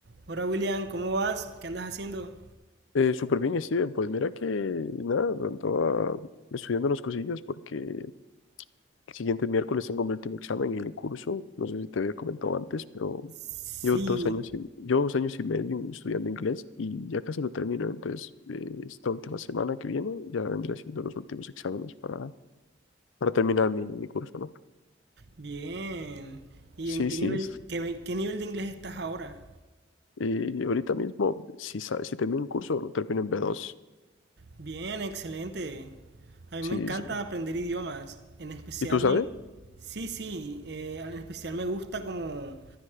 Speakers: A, on the right (about 55°); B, on the left (about 80°).
A: Hola William, ¿cómo vas? ¿Qué andas haciendo?
B: Eh, súper bien, Steven. Pues mira que nada, andaba estudiando unas cosillas porque el siguiente miércoles tengo mi último examen en el curso. No sé si te había comentado antes, pero
A: Sí,
B: yo dos años y, yo dos años y medio estudiando inglés y ya casi lo termino. Entonces, eh, esta última semana que viene ya vendré haciendo los últimos exámenes para, para terminar mi, mi curso, ¿no?
A: bien. ¿Y
B: Sí,
A: en qué
B: sí.
A: nivel, qué, ve- qué nivel de inglés estás ahora?
B: Y ahorita mismo, si, sa- si termino el curso, lo termino en B2.
A: Bien, excelente. A mí
B: Sí,
A: me encanta
B: sí.
A: aprender idiomas. En especial
B: ¿Y tú sabes?
A: me... Sí, sí, eh, en especial me gusta como